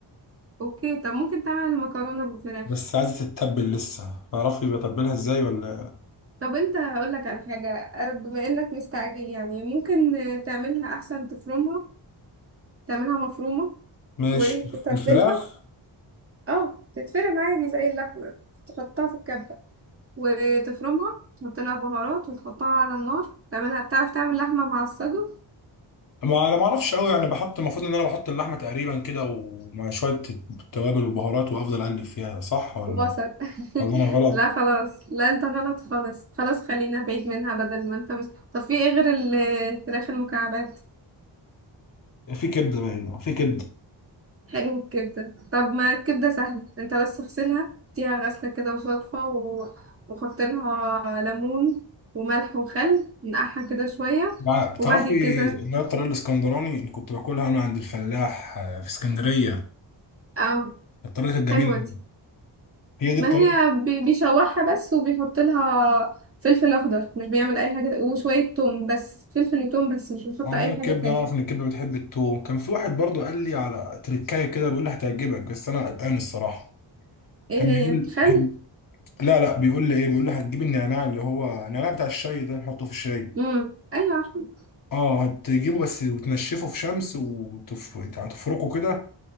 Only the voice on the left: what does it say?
بس عايزه تتبل لسه تعرفي بتبلها ازاي ولا
ماشي
الفراخ
ما انا ما اعرفش قوي يعني بحط المفروض ان انا بحط اللحمه تقريبا كده ومع شويه التوابل والبهارات وافضل اقلب فيها صح ولا
ولا انا غلط
في كبده باينه في كبده
بع-
تعرفي
اللي هي الطريقة الاسكندراني اللي كنت باكلها انا عند الفلاح آه، في اسكندرية
الطريقة الجميلة
أوي.
هي دي
الطريقة
عملنا
الكبدة
انا اعرف ان الكبدة بتحب التوم كان في واحد برضو قال لي على تركاية كده بيقول لي هتعجبك بس انا قلقان الصراحة
كان
بيقول
كان لا لا بيقول لي ايه بيقول لي هتجيب النعناع اللي هو النعناع بتاع الشاي ده نحطه في الشاي
اه هتجيبه بس وتنشفه في شمس وتف... يعني تفركه كده